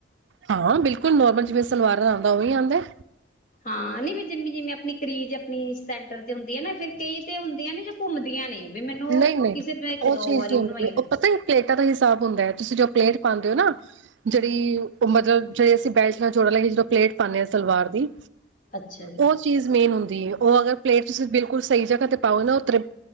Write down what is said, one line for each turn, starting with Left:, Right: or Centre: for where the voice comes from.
Right: ਹਾਂ ਬਿਲਕੁਲ ਨੋਰਮਲ ਜਿਵੇਂ ਸਲਵਾਰ ਆਉਂਦਾ ਉਹੀ ਆਉਂਦਾ।
Left: ਹਾਂ। ਨ ਵੀ ਜਿਮੀ ਜਿਵੇਂ ਆਪਣੀ ਕਰੀਜ਼ ਆਪਣੀ ਸੈਂਟਰ ਤੇ ਹੁੰਦੀ ਹੈ ਨਾ ਫਿਰ ਕਈ ਤੇ ਹੁੰਦੀਆਂ ਨੇ ਜਾਂ ਘੁੰਮਦੀਆਂ ਨੇ। ਵੀ ਮੈਨੂੰ
Right: ਨਹੀਂ,
Left: ਉਹ
Right: ਨਹੀਂ।
Left: ਕਿਸੇ ਨੇ ਇੱਕ
Right: ਉਹ
Left: ਦੋ
Right: ਚੀਜ਼
Left: ਵਾਰੀ
Right: ਨਹੀਂ
Left: ਬਣਵਾਈਆਂ
Right: ਹੁੰਦੀ
Left: ਨੇ
Right: ਉਹ ਪਤਾ ਹੀ ਪਲੇਟ ਪਟਾਂ ਦਾ ਹਿਸਾਬ ਹੁੰਦਾ ਹੈ। ਤੁਸੀਂ ਜੋ ਪਲੇਟ ਪਾਉਂਦੇ ਹੋ ਨਾ, ਜਿਹੜੀ ਉਹ ਮਤਲਬ ਜਿਹੜੀ ਅਸੀਂ ਬੈਚ ਨਾਲ ਜੋੜਾ ਲੈ ਕੇ ਜਦੋਂ ਪਲੇਟ ਪਾਉਂਦੇ ਹਾਂ ਸਲਵਾਰ ਦੀ
Left: ਅੱਛਾ ਜੀ।
Right: ਉਹ ਚੀਜ਼ ਮੇਨ ਹੁੰਦੀ। ਉਹ ਅਗਰ ਪਲੇਟ ਤੁਸੀਂ ਬਿਲਕੁਲ ਸਹੀ ਜਗ੍ਹਾ ਤੇ ਪਾਓ ਨਾ ਤੀ